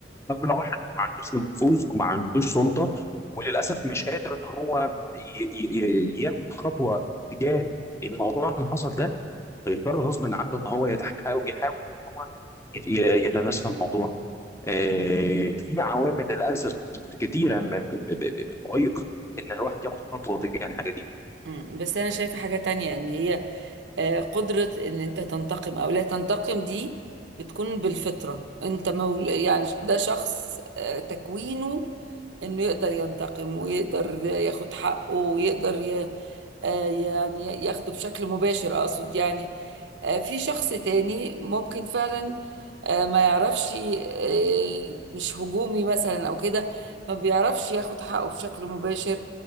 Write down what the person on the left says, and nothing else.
طب لو واحد ما عندوش نفوذ وما عندوش سلطه وللاسف مش قادر ان هو ي- ي- ي- ياخد خطوه تجاه الموضوع اللي حصل ده هيضطر غصب عنه ان هو يتحاول يحاول ان هو ي- ي- يتناسى الموضوع آه، في عوامل للاسف كتيره م- ب- ب- ب- بتعيق ان الواحد ياخد خطوه تجاه الحاجه دي